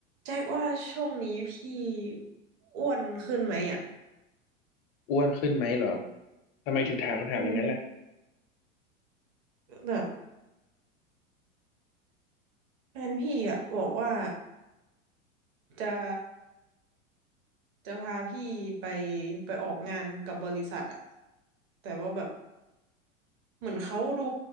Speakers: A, on the right (about 40°); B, on the left (about 30°).
A: แจ็คว่าช่วงนี้พี่อ้วนขึ้นไหมอ่ะ
B: อ้วนขึ้นไหมเหรอ ทำไมถึงถามคำถามอย่างนั้นล่ะ
A: อืมแบบแฟนพี่อ่ะบอกว่าจะจะพาพี่ไปไปออกงานกับบริษัทอ่ะแต่ว่าแบบเหมือนเขาดู